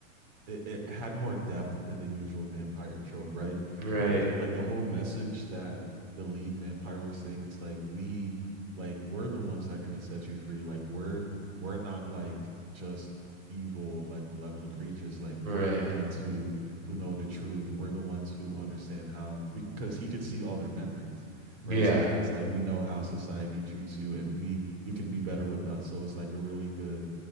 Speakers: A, on the right; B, on the right.
A: it, it had more depth than the usual vampire trope, right?
B: Right,
A: Because like the whole message that the lead vampire was saying, it's like we like we're the ones that are gonna set you free. Like we're we're not like just evil like malevolent creatures like
B: right.
A: we're the ones who who know the truth we're the ones who understand how because he could see all their memories
B: Yeah.
A: right so he's like we know how society treats you and we you can be better with us so it's like a really good